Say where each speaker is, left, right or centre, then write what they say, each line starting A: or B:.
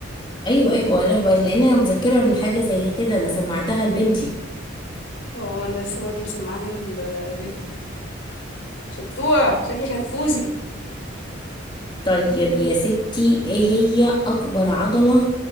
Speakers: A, on the left; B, on the left.
A: ايوه ايوه انا ب... لان انا متذكرة الحاجة زي كده انا سمعتها لبنتي
B: <laughs> هو أنا لسه برضه مسمعها ل- لابني شطورة شكلك هتفوزي
A: طيب يا ستي ايه هي اكبر عضلة